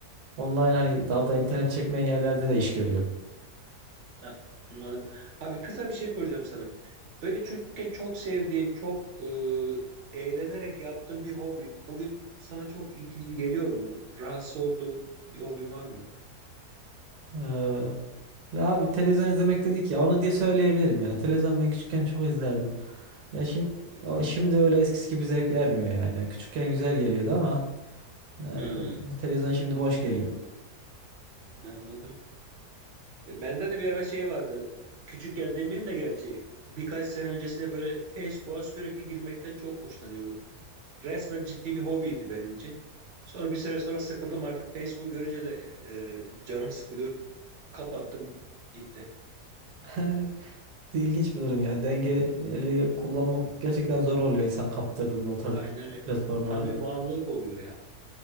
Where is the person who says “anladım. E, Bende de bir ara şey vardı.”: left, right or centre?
Right